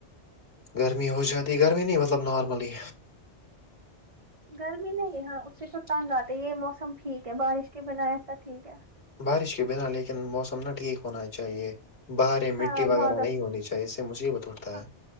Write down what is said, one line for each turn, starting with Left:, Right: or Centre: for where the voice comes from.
Left: گرمی ہو جاتی گرمی نہیں مطلب نارملی
Right: گرمی نہیں ہاں ا سے تو تنگ آتے یہ موسم ٹھیک ہے بارش کے بنا ایسا ٹھیک ہے
Left: بارش کے بنا لیکن موس نہ ٹھیک ہو ہونا چاہیے باہر مٹی
Right: ہاں
Left: وغیرہ
Right: بادل
Left: نہیں ہونی چاہیے اس سے مصیبت اٹھتا
Right: ہاں
Left: ہے